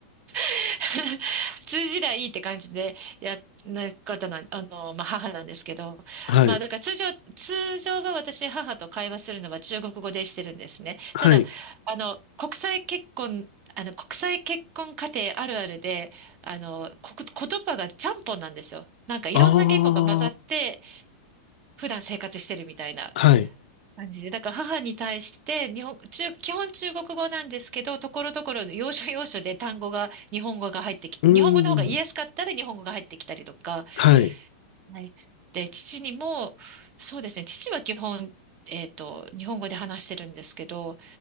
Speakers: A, on the right (about 20°); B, on the left (about 55°).
A: <laughs> 通じりゃいいって感じでやな方なん、あの、まあ、母なんですけど、
B: はい。
A: まあ、だから通常、通常は私、母と会話するのは中国語でしてるんですね。
B: はい。
A: ただ、あの、国際結婚、あの、国際結婚家庭あるあるで、あの、こ、言葉がちゃんぽんなんですよ。なんかいろんな言語が混ざって、
B: あ
A: 普段生活してるみたいな。
B: あ、はい。
A: 感じで、だから母に対して日本、中、基本中国語なんですけど、ところどころで要所要所で単語が、日本語が入ってきて、
B: うー
A: 日本語の方が言いやすかったら日本語が入ってきたりとか、
B: ん。はい。
A: はい。で、父にも、そうですね、父は基本、えっと、日本語で話してるんですけど、